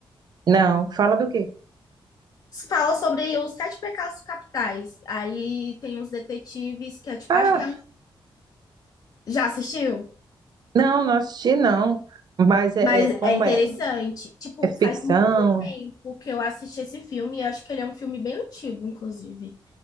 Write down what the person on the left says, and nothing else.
Fala sobre os sete pecados capitais. Aí tem uns detetives que é, tipo,
acho que é um- já assistiu,
mas
é interessante.
Tipo,
faz muito tempo que eu assisti esse filme e acho que ele é um filme bem antigo, inclusive.